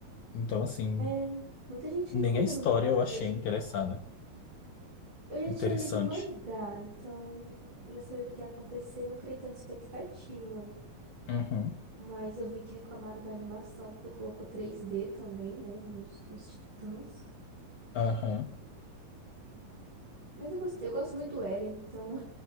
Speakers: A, on the left; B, on the right.
A: Então, assim,
B: É, muita gente
A: nem
B: reclamou,
A: a história
B: meu namorado
A: eu achei
B: mesmo.
A: interessada,
B: Eu já
A: interessante.
B: tinha lido o mangá, então eu já sabia o que que ia acontecer, não criei tanta expectativa.
A: Uhum,
B: Mas eu vi que reclamaram da animação, porque colocou 3D também, né, nos, nos Titãs.
A: aham.
B: Mas eu gostei, eu gosto muito do Eren, então.